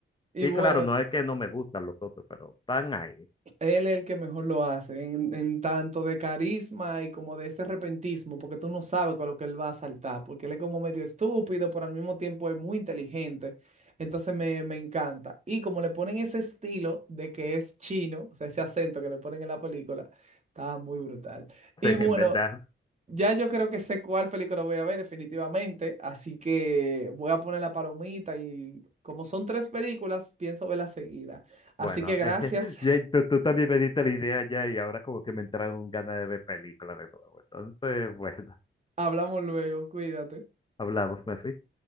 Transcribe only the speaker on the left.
Y
claro, no es que no me gustan los otros, pero están ahí. <laughs>
Sí,
en verdad.
Bueno,
<laughs> eh, ya tú, tú también me diste la idea ya y ahora como que me entraron ganas de ver películas de nuevo. Entonces, <laughs> bueno,
hablamos, Messi.